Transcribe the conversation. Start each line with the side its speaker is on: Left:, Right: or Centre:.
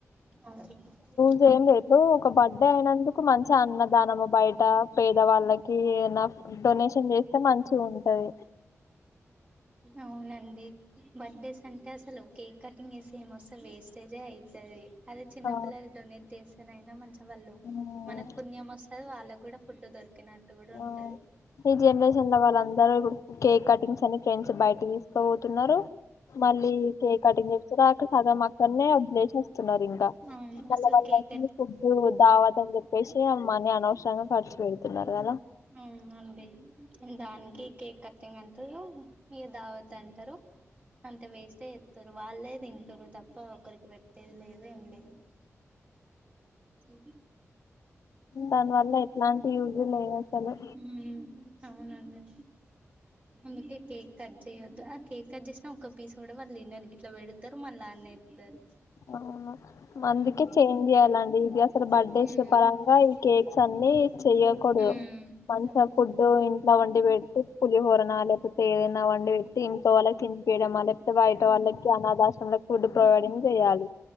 Right: అవ్
Left: సేమ్ రేటు ఒక బర్త్డే అయినందుకు మంచి అన్నదానమ్ బయట పేద వాళ్ళకి ఏనా డొనేషన్ చేస్తే మంచిగ ఉంటది
Right: అవునండి బర్త్డేస్ అంటే అసలు కేక్ కటింగ్ ఏ మొస్తది వేస్టేజే అయితది. అదే చిన్న
Left: ఆ
Right: పిల్లలు డొనేట్ చేస్తేనయినా మంచి వాళ్ళు
Left: ఉమ్,
Right: మనకు పుణ్యం వస్తుంది వాళ్ళకు కూడా ఫుడ్ దొరికినట్టు కూడా
Left: ఆ
Right: ఉంటది
Left: ఈ జనరేషన్ లో వాళ్ళందరూ ఇప్పు కేక్ కటింగ్స్ అని ఫ్రెండ్స్ బయటకి తీసుకో పోతున్నారు మళ్ళీ కేక్ కటింగ్ చేస్తురు అక్కడ సగం అక్కడ్నేవదిలేసి వస్తున్నారు ఇంకా
Right: అవును
Left: మళ్ళళ
Right: అసలు కేక్
Left: ఈ ఫుడ్ దావత్ అని చెప్పేసి ఆమని అనవసరంగా ఖర్చు పెడుతున్నారు కదా
Right: ఆ అండి దానికి కేక్ కటింగ్ అంటరు ఈ దావత్ అంటారు అంతా వేస్ట ఎత్తరు వాళ్ళే తింటారు తప్ప ఒకరికి పెట్టేది లేదు అండి హే మ
Left: దాని వల్ల ఎట్లాంటి యూజ్ లేదు అసలు
Right: హ్మ్మ్ అవునండి అందుకే కేక్ కట్ చేయొద్దు ఆ కేక్ కట చేసిన ఒక్క పీస్ కూడా వాళ్ళు ఇన్నర్ ఇట్లా పెడతారు మళ్ళీ ఆడ్నే ఇస్తారు
Left: అవును
Right: హ్మ్మ్
Left: అందుకే <unintelligible>
Right: మ్
Left: పరంగా ఈ కేక్స్ అన్ని
Right: మ్
Left: చెయ్యకూడదు మంచిగా ఫుడ్ ఇంట్లో వండి పెట్టి పులిహోరన లేకపోతే ఏదైనా వండి పెట్టి ఇంట్లో వాళ్ళకి తినిపియడం అలా బయట వాళ్లకి అన్నదాశ్రమం ఫుడ్ ప్రొవైడింగ్ చేయాలి